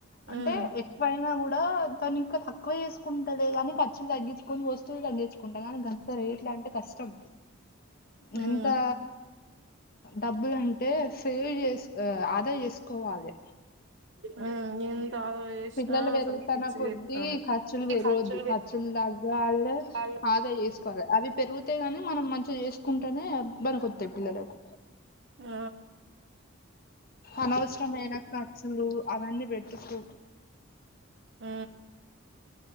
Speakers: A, on the left; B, on the right.
A: అంటే
B: ఉమ్
A: ఎక్కువైనా కూడా దాని ఇంకా తక్కువ చేసుకుంటలే గానీ ఖర్చులు తగ్గించుకొని వొస్తే తగ్గించుకుంటా కాని అంత రేట్లా అంటే కష్టం గంతా
B: ఉమ్
A: డబ్బులంటే సేవ్ చేస్ ఆదా చేసుకోవాలి
B: ఉమ్ ఎంత ఆదా చేసినా
A: పిల్లలు పెరుగుతన్న
B: అసలు పిచ్చిలేత్తాంది
A: కొద్ది ఖర్చులు పెరగద్దు
B: ఈ పె
A: ఖర్చులు తగ్గలే
B: ఆ
A: ఆదయ ఏసుకోవాలి అవి పెరుగుతే గాని మనం మంచిగా చేసుకుంటేనే బనికొత్తాయి పిల్లలకు.
B: ఆ
A: అనవసరమైన ఖర్చులు అవన్నీ పెట్టుకోకు
B: ఊ